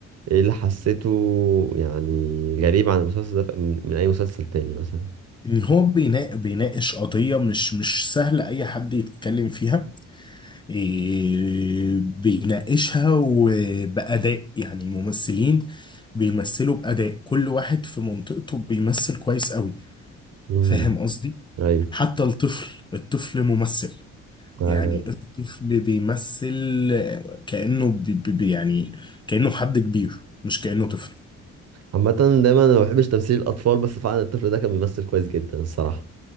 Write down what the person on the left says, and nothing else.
إن هو بينا- بيناقش قضية مش مش سهل أي حد يتكلم فيها إيه بيناقشها وبأداء يعني الممثلين بيمثلوا بأداء كل واحد في منطقته بيمثل كويس قوي
فاهم قصدي؟
حتى الطفل الطفل ممثل
يعني الطفل بيمثل كأنه بي بي بي- يعني كأنه حد كبير مش كأنه طفل